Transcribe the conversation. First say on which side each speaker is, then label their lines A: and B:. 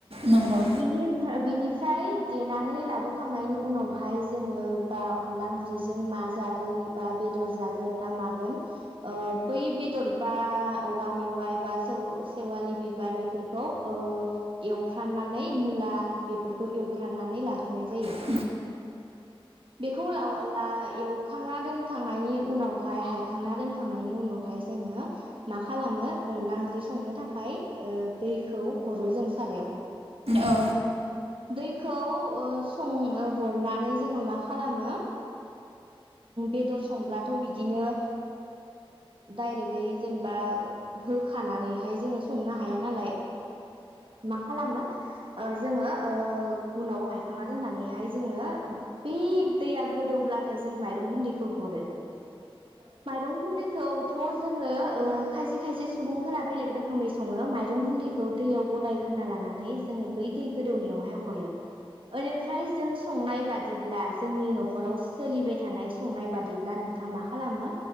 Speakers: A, on the right (about 80°); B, on the right (about 60°).
A: नंगौ
B: नि बेनिफ्राय। फ्राय। देनानै लाबोखांनायनि उनावहाय जोङो बा अनला ओंख्रिजों मा जागोन बा बेदर जागोन ना मागोन बै बेदर बा औवा मेवाइ बा सेव सेवालि बिबार बेफोरखौ एवफ्राननानै मुला बेफोरखौ एव फ्राननानै लाग्रोनाय जायो
A: औ नंगौ औ
B: बेखौ ल एवखांना दोनखांनायनि उनावहाय हायखांना दोनखांनायनि उनावहाय जोङो मा खालामो अनला ओंख्रि संनो थाखाय दैखौ हरो जों सारायाव
A: औ।
B: दैखौ सं हरनानै जोङो मा खालामो बेदर संब्लाथ' बिदिनो डायरेक्टयै जेनेबा होखानानैहाय जोङो संनो हाया नालाय मा खालामो। ओ जोङो ओ। उनाव हायखांना दोननानैहाय जोङो बै दैया गोदौब्लाथाय जों माइरं गुन्दैखौ हरो। माइरं गुन्दैखौ। थ' जोङो खायसे खायसे सुबुंफोरा बेलेग रोखोमै सङो माइरं गुन्दैखौ दैयाव गलायग्रोना लानानै जोङो बै दै गोदौनायावहाय। हरो निफ्राय जों संनाय बादिब्ला जोंनि न'खराव सोलिबाय थानाय संनाय बादिब्ला नोंथां मा खालामो